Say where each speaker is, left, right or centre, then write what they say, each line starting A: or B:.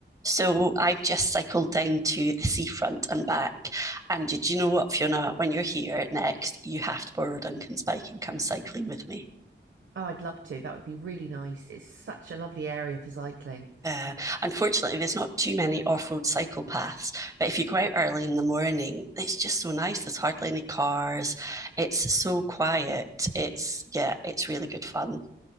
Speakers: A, on the right; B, on the right.
A: So I've just cycled down to the seafront and back. And did you know what, Fiona? When you're here next, you have to borrow Duncan's bike and come cycling with me.
B: Oh, I'd love to. That would be really nice. It's such a lovely area for cycling.
A: Uh, unfortunately, there's not too many off-road cycle paths, but if you go out early in the morning, it's just so nice. There's hardly any cars. It's so quiet. It's yeah, it's really good fun.